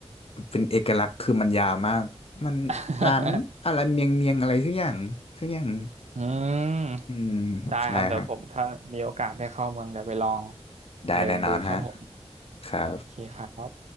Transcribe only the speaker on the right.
<laughs>
อืม
ได้ครับเดี๋ยวผมถ้ามีโอกาสได้เข้าเมืองเดี๋ยวไปลอง
เดินดูครับผม
โอเคครับ